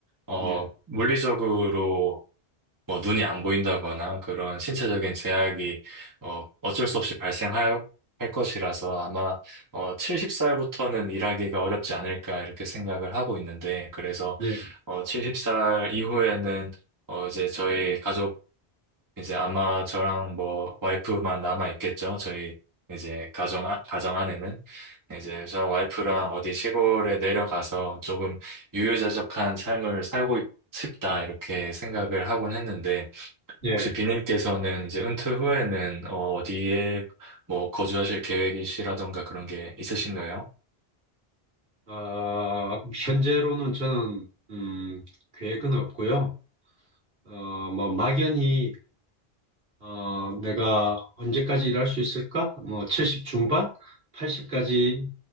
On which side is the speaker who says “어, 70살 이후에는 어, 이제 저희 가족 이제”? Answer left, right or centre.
Right